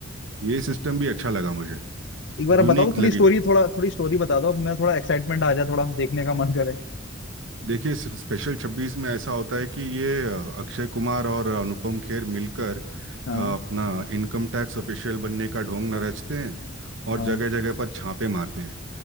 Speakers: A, on the right; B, on the left.
A: ये सिस्टम भी अच्छा लगा मुझे
B: एक बार आप
A: यूनिक
B: बताओ तो
A: लगी
B: थोड़ी स्टोरी थोड़ा थोड़ी स्टोरी बता दो अब मैं थोड़ा एक्साइटमेंट आ जाए थोड़ा देखने का मन करे
A: देखिए स्पेशल छब्बीस में ऐसा होता है कि ये अ, अक्षय कुमार और अनुपम खेर मिलकर
B: हाँ
A: अ, अपना इनकम टैक्स ऑफिशियल बनने का ढोंग न रचते हैं और
B: हाँ
A: जगह जगह पर छापे मारते हैं